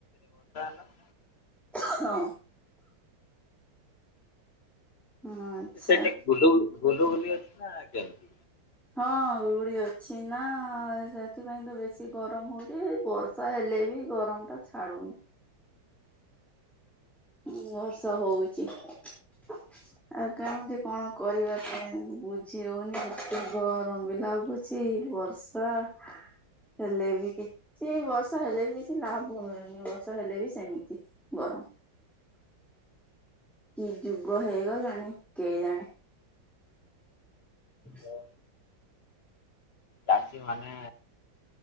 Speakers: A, on the left (about 40°); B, in the centre.
A: <unintelligible>
B: ହଁ।
A: ଆଉ ବନ୍ଦ।
B: ହଁ ଆଚ୍ଛା।
A: ସେଠି ଗୁଲୁ ଗୁଲ ଗୁଲି ଅଛି ନା କେମତି?
B: ହଁ ଗୁଳି ଅଛି ନା ସେଥିପାଇଁ ତ ବେଶୀ ଗରମ ହଉଛି ଏ ବ ଚ ହେଲେ ବି ଗରମଟା ଛାଡୁନି। ମୁଁ ବର୍ଷା ହଉଚି। ଆଉ କେମିତି କଣ କରିବା କେ ବୁଝି ହଉନି ଏତେ ଗରମ ବି ଲାଗୁଛି ବ ହ। ହେଲେ ବି କିଛି ବର୍ଷା ହେଲେ ବି କିଛି ଲାଭ ମିଳୁନି ବର୍ଷା ହେଲେ ବି ସେମିତି। ଗରମ। କି ଯୁଗ ହେଇଗଲାଣି କେଜାଣେ? <inaudible>
A: ତ ଚାଷୀ ମାନେ